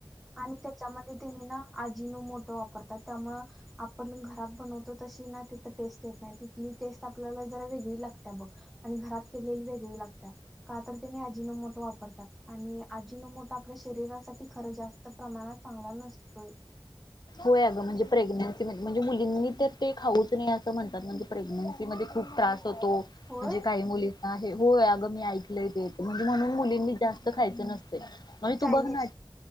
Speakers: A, in the centre; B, on the left (about 55°).
A: आणि त्याच्यामध्ये तेनी ना आजीनोमोटो वापरतात. त्यामुळे आपण घरात बनवतो तशी ना तिथं टेस्ट येत नाही. तिथली टेस्ट आपल्याला जरा वेगळी ला लागत्या बघ आणि घरात केलेली वेगळी लागत्या. का तर, तेनी अजिनोमोटो वापरतात. आणि आजीनोमोटो आपल्या शरीरासाठी खर जास्त प्रमाणात चांगला नसतोय.
B: होय आगं म्हणजे प प्रेग्नेंसी म्हणजे मुलींनी तर ते खाऊच नाही असं म्हणतात म्हणजे प्रेग्नेंसी मध्ये खूप त्रास -- होतो.
A: होय
B: म्हणजे काही मुलींना. होय. अगं मी ऐकलंय ते म्हणून मुलींनी जास्त खायचं नसत. आणि
A: चायनीज
B: तु बघ ना